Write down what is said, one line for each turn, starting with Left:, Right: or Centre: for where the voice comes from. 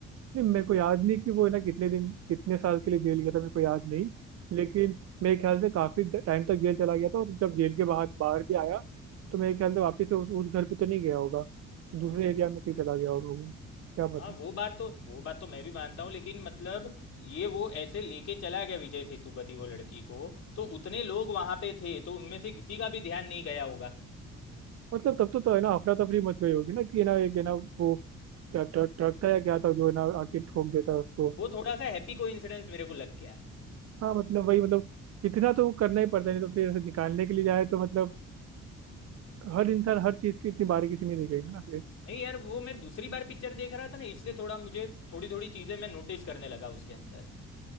Right: नहीं मेरे को याद नहीं कि वो है ना कितने दिन कितने साल के लिए जेल गया था मेरे को याद नहीं लेकिन मेरे ख्याल से काफी टाइम तक जेल चला गया था और जब जेल के बाहर बाहर भी आया तो मेरे ख्याल से वापस से उस, उस घर पे तो नहीं गया होगा तो दूसरे एरिया में कहीं चला गया होगा वो क्या
Left: हाँ
Right: पता
Left: वो बात तो वो बात तो मैं भी मानता हूँ लेकिन मतलब ये वो ऐसे लेके चला गया विजय सेतुपति वो लड़की को तो उतने लोग वहाँ पे थे तो उनमें से किसी का भी ध्यान नहीं गया होगा
Right: मतलब तब तो, तो है ना अफरा तफरी मच गई होगी ना कि है ना एक है ना वो क्या ट्रक ट्रक था या क्या था जो है ना आके ठोक देता है उसको
Left: वो थोड़ा सा हैप्पी कोइंसिडेंस मेरे को लग गया
Right: हाँ मतलब वही मतलब इतना तो करना ही पड़ता है नहीं तो फिर ऐसे निकालने के लिए जाए तो मतलब हर इंसान हर चीज की इतनी बारीकी से नहीं देखेगा ना
Left: नहीं यार वो मैं दूसरी बार पिक्चर देख रहा था ना इसलिए थोड़ा मुझे थोड़ी थोड़ी चीजें मैं नोटिस करने लगा उसके अंदर